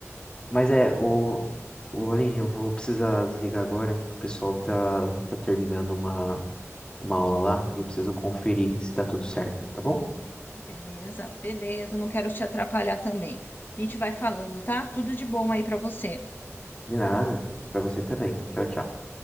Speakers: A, on the left; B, on the left.
A: Mas é, o, o Aline, eu vou precisar desligar agora. O pessoal tá, tá terminando uma, uma aula lá e eu preciso conferir se tá tudo certo, tá bom?
B: Beleza, beleza, não quero te atrapalhar também. A gente vai falando, tá? Tudo de bom aí para você.
A: De nada. Pra você também. Tchau, tchau.